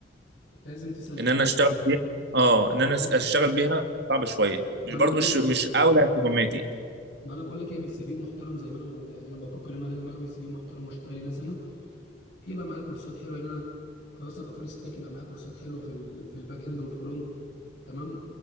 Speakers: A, on the left (about 60°); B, on the right (about 65°).
A: لازم تسافر
B: ان انا اشتغل فيها اه ان انا
A: ما
B: اشتغل بيها هنا صعب شويه مش
A: انا
B: برضه
A: بقول
B: مش مش اولى اهتماماتي
A: ما انا بقول لك اعمل سي في محترم زي ما انا ب... يعني انا بفكر ان انا لازم اعمل سي في محترم واشتغل هنا سنة يبقى معايا كورسات حلوه يعني انا خلاص ابقى فول ستاك يبقى معايا كورسات حلوه في ال... في الباك اند والفرونت تمام